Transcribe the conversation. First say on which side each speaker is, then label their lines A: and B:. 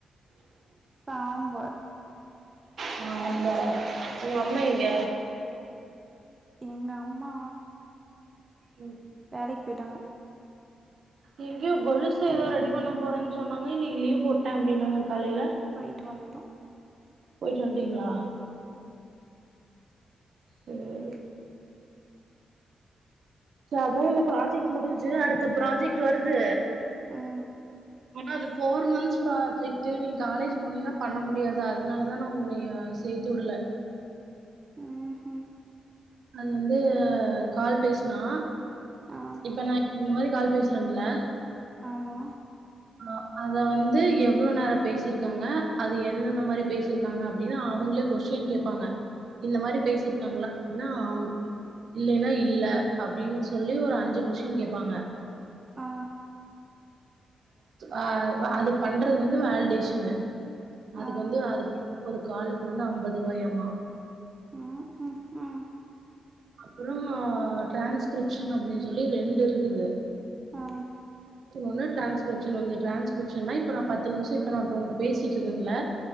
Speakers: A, on the right; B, on the right.
A: சாம்பார்
B: ஆமா உங்க அம்மா எங்க
A: எங்க அம்மா
B: ம்
A: வேலைக்கு போயிட்டாங்க
B: எங்கேயோ கொலுசு ஏதோ ரெடி பண்ண போறேன்னு சொன்னாங்க இன்னைக்கு லீவ் போட்டே அப்டின் நாங்க காலைல
A: போய்ட்டு வன்டோ
B: போயிட்டு வன்டீங்களா
A: ம்
B: சேரி ச அதா இந்த ப்ராஜெக்ட் முடிஞ்சு அடுத்த ப்ராஜெக்ட் வருது
A: ம்
B: ஆனா அது ஃபோர் மந்த்ஸ் ப்ராஜெக்ட் நீ காலேஜ் போனினா பண்ண முடியாது அதனால தா நான் உன்னைய சேத்துவுடல
A: ம் ஹூ
B: அது வந்து கால் பேசுனா
A: ஆ
B: இப்ப நா இந்த மாரி கால் பேசுறேன்ல
A: ஆமா
B: உஹ <inaudible> அத வந்து எவ்வளோ நேரோ பேசிருக்காங்க அது எந்நெந்த மாதிரி பேசிருக்காங்க அப்படின்னு அவங்களே கொஷ்டின் கேப்பாங்க இந்த மாரி
A: ம்
B: பேசிருக்காங்களா அப்படின்னா அம் இல்லேன்னா இல்ல அப்படின்னு சொல்லி ஒரு அஞ்சு கொஸ்டின் கேப்பாங்க
A: ஆ
B: ஆ அது பண்றது வந்து வேலிடேஷனு அதுக்கு
A: ஆ
B: வந்து அது ஒரு காலுக்கு வந்து அம்பது ரூபாயமா
A: ம் ம் ஆ
B: அப்புறோ டிரான்ஸ்கிரிப்ஷன் அப்படின்னு சொல்லி ரெண்டு இருக்குது
A: ஆ
B: ஒன்னு டிரான்ஸ்கிரிப்ஷன் ஒன்னு டிரான்ஸ் கிரிப்ஷன்னா இப்ப நா பத்து நிமிஷோ இப்ப நா உன்கிட்ட பேசிட்டு இருக்கேன்ல